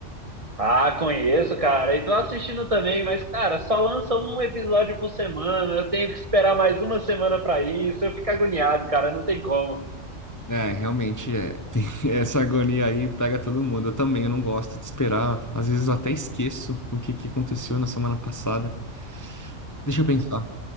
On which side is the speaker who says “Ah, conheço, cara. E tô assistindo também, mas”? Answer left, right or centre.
Right